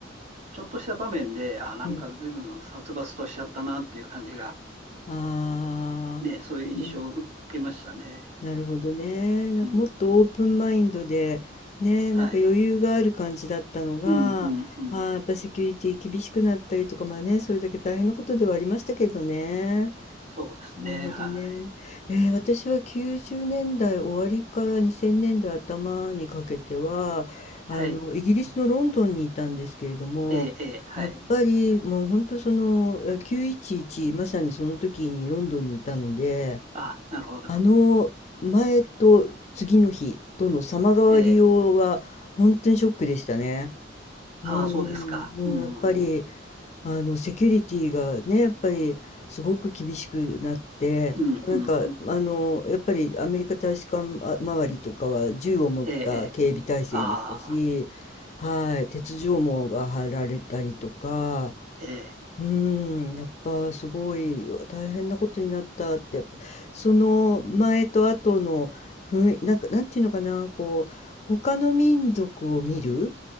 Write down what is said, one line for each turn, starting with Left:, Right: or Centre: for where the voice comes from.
Right: ちょっとした場面で、あ、なんか随分殺伐としちゃったなっていう感じが、
Left: うん。ああ、
Right: ね、そういう印象を受けましたね。
Left: うん。なるほどね。なんかもっとオープンマインドで、
Right: うん。
Left: ね、
Right: はい。
Left: なんか余裕がある感じだったのが、
Right: うん、うん、うん。
Left: あ、やっぱセキュリティ厳しくなったりとか、まあね、それだけ大変なことではありましたけどね。
Right: そうですね。
Left: なるほどね。
Right: はい。
Left: えー私は90年代終わりから2000年代頭にかけては、あの、
Right: はい。
Left: イギリスのロンドンにいたんですけれども、
Right: ええ、ええ、はい。
Left: やっぱりもう本当その、え911、まさにその時にロンドンにいたので、
Right: あ、なるほど。
Left: あの前と次の日との様変わりようは本当にショックでしたね。
Right: ええ。ああ、
Left: うーん、
Right: そうですか。
Left: もうやっぱり
Right: うん。うん、
Left: あのセキュリティがね、やっぱりすごく厳しくなって、
Right: うん、
Left: なんかあのやっぱりアメリカ大使館あ周りとかは銃を持った警備体制でしたし、
Right: うん。ええ、ええ。ああ、
Left: はい、鉄条網が張られたりとか、
Right: ええ、
Left: うーん、やっぱすごい、うわ大変なことになったって、やっぱその前と後の雰囲なんか、なんていうのかな、こう、他の民族を見る